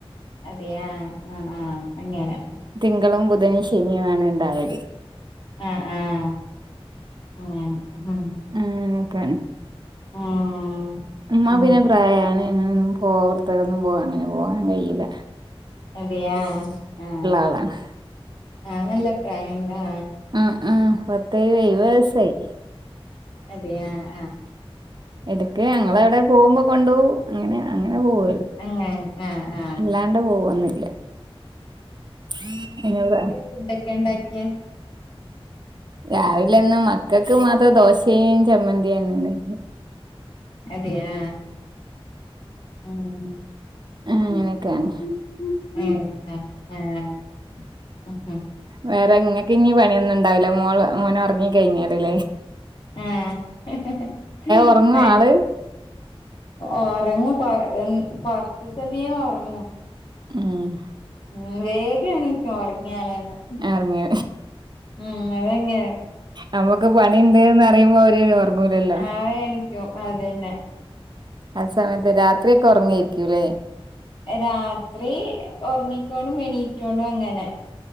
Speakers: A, on the left (about 55°); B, on the right (about 50°).
A: അതെയാ ആഹ് ആഹ് അങ്ങനെ
B: തിങ്കളും, ബുധനും, ശനിയും ആണ് ഇണ്ടാവല്.
A: അ ആഹ് ഏഹ് ഉം
B: അങ്ങനെക്കാണ്.
A: ഉം
B: അ്
A: ഉം
B: പിന്നെ പ്രായമാണ് ഇന്നാപിന്നെ <unintelligible> പൊർത്ത്ക്കൊന്നും പോ അങ്ങനെ പോകാൻ കഴീല.
A: അതെ ആഹ് ആഹ്.
B: ആളാണ്
A: ആഹ് നല്ല പ്രായണ്ടോ?
B: ആഹ് ആഹ് പത്ത് എയ് വെയ്സായി.
A: അതെ ആഹ്
B: എടക്ക് ഞങ്ങളവ്ടെ പോവ്മ്പൊ കൊണ്ടോവും. അങ്ങനെ അങ്ങനെ പോവ
A: അങ്ങ ആ ആ
B: അല്ലാണ്ട് പോവൊന്നില്ല. <unintelligible>
A: ഫുഡ്ഡക്കെ ഇണ്ടാക്ക്യേ
B: രാവിലെ ഇന്ന് മക്കക്ക് മാത്രം ദോശേം ചമ്മന്തിയ ഇന്ന്ണ്ടാക്യേ.
A: അതെ ആഹ് ഉം
B: അങ്ങനെയൊക്കെയാണ്
A: <unintelligible> ഉ ഹും
B: വേറെ ങ്ങക്ക് ഞ്ഞ് പണിയൊന്നുംണ്ടാവൂല മോള് മോനൊർങ്ങി കഴിഞ്ഞാല് ലേ
A: ആഹ് <unintelligible>
B: ഉറങ്ങും ആള്
A: ഒറങ്ങു <unintelligible> കൊർച്ച് സമയേ ഒർങ്ങു.
B: ഉം
A: ഉ. വേഗെണീക്ക ഒർങ്ങ്യാലെന്നെ
B: ഉറങ്ങി
A: ഉം അതങ്ങനെ
B: നമ്മക്ക് പണിണ്ട്ന്നറിയുമ്പൊ ഓര് ഒർങ്ങൂലല്ലോ
A: അവേ നിക്കും അതെന്നെ
B: ആ സമയത്ത് രാത്രിയൊക്കെ ഒർങ്ങായിരിക്കൂലേ
A: രാത്രീ ഒർങ്ങിക്കോണ്ടും എണീറ്റോണ്ടു അങ്ങനെ